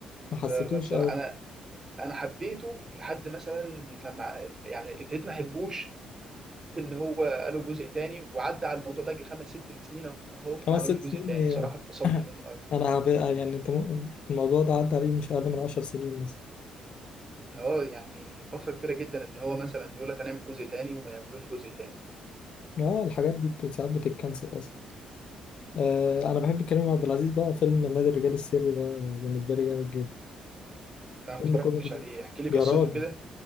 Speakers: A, on the left; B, on the right.
A: ما حسيتوش
B: ب- بصراحه
A: أوي
B: انا انا حبيته لحد مثلا لما يعني ابتديت ما احبوش ان هو قالوا جزء تاني وعدى على الموضوع ده جه خمس ست سنين اهو وما
A: خمس
B: عملوش
A: ست سنين
B: جزء تاني
A: ايه
B: بصراحه
A: يعني
B: اتفصلت
A: <clears throat>
B: منه قوي
A: <laughs> انا هبقى يعني انت ممكن الموضوع ده عدى عليه مش اقل من عشر سنين مثلا
B: اه يعني فتره كبيره جدا ان هو مثلا يقول لك هنعمل جزء تاني وما يعملوش جزء تاني
A: اه الحاجات دي بت- ساعات بتتكنسل اصلا آه انا بحب كريم عبد العزيز بقى فيلم نادي الرجال السري ده بالنسبه لي جامد جدا
B: انت ما
A: فيلم
B: اتفرجتش
A: كوميدي جدا.
B: عليه احكي لي قصته
A: يا راجل
B: كده